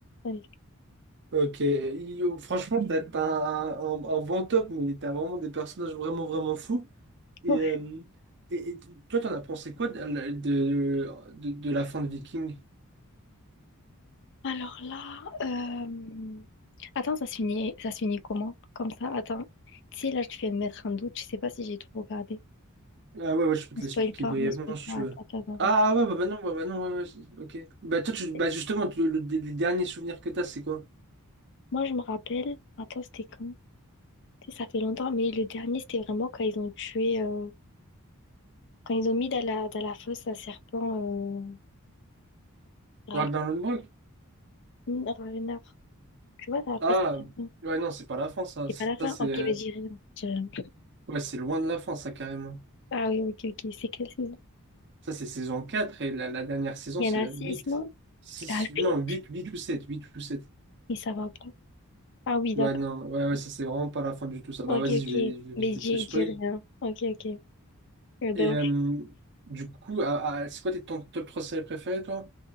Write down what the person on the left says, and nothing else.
allez
Ouais.
Alors là, euh, attends, ça se finit, ça se finit comment? Comme ça, attends. Tu sais, là, tu viens de mettre un doute. Je sais pas si j'ai tout regardé.
On
spoil
pas,
on spoil
pas.
Attends, attends, attends.
attends.
Moi, je me rappelle, attends, c'était quand? Tu sais, ça fait longtemps, mais le dernier, c'était vraiment quand ils ont tué, euh, quand ils ont mis dans la, dans la fosse un serpent, euh, Ra-
hmm, Ragnar. Tu vois, dans la fosse
un serpent.
C'est
pas la fin?
Ok,
vas-y, dis rien. dis rien.
Ah oui, ok, ok. C'est quelle saison?
Il
y en a
six,
non?
La
huit?
Mais ça va pas. Ah oui, d'accord.
Ok,
ok.
Mais dis,
dis rien. Ok, ok. Eh ben,
on-